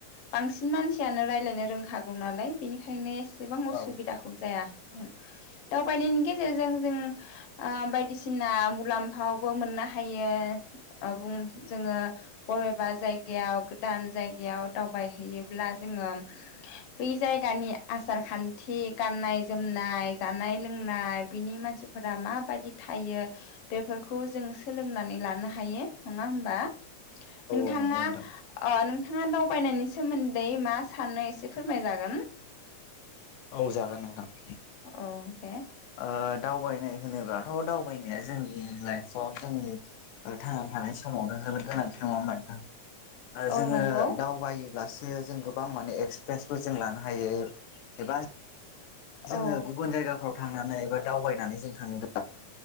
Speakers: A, on the left (about 70°); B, on the left (about 85°).
A: बांसिन मानसियानो रायलायनो रोंखागौ नालाय बेनिखायनो एसेबां असुबिदाखौ
B: औ
A: जाया दावबायनायनि गेजेरजों जों ओ बायदि सिना मुलाम्फायावबो मोननो हायो बुं जोङो बबेबा जाय गोदान जायगायाव दावबाय हैैयोब्ला जोङो बै जायगानि आसार खान्थि गाननाय जोमनाय जानाय लोंनाय बिनि मानसिफोरा माबायदि थायो बेफोरखौ जों सोलोंनानै लानो हायो नङा होमबा नोंथाङा
B: औ नंगौ नोंथां
A: ओ नोंथाङा दावबायनायनि सोमोन्दै मा सानो एसे फोरमायजागोन
B: औ जागोन नोंथां
A: औ दे
B: ओ दावबायनाय होनोब्लाथ दावबायनाया जोंनि लाइफआव जोंनि थांना थानाय समावनो जोबोद गोनांथि नङा होमबा नोंथां
A: औ
B: जोङो
A: नंगौ
B: दावबाय लासे जों गोबां माने एक्सपिरियेन्सबो जों लानो हायो एबा जोङो
A: औ
B: गुबुन जायगाफ्राव थांनानै एबा दावबायनानै जों थाङोब्ला